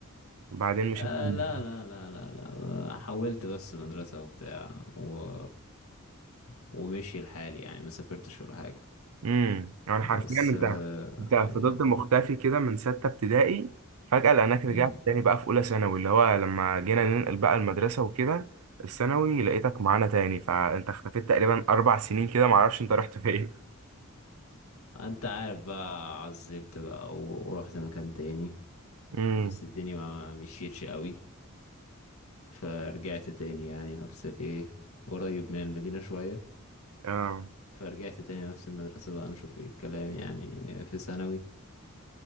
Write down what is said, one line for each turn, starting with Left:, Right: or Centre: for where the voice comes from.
Right: وبعدين
Left: آه
Right: مشيت من المدرسة.
Left: لا لا لا لا لا حولت بس مدرسة وبتاع و... ومشي الحال يعني ما سافرتش ولا حاجة
Right: امم يعني
Left: بس
Right: حرفيا انت
Left: آه
Right: انت
Left: عادي
Right: فضلت
Left: يعني
Right: مختفي كده من ستة ابتدائي فجأة لقيناك رجعت
Left: مم.
Right: تاني بقى في أولى ثانوي اللي هو لما جينا ننقل بقى المدرسة وكده الثانوي لقيتك معانا تاني فأنت اختفيت تقريبا أربع سنين كده معرفش أنت رحت فين
Left: انت عارف بقى عزلت بقى و... ورحت مكان تاني
Right: امم
Left: بس الدنيا ما ما مشيتش قوي فرجعت تاني يعني نفس الايه قريب من المدينة شوية
Right: <laughs> اه
Left: فرجعت تاني نفس المدرسة بقى نشوف ايه الكلام يعني في ثانوي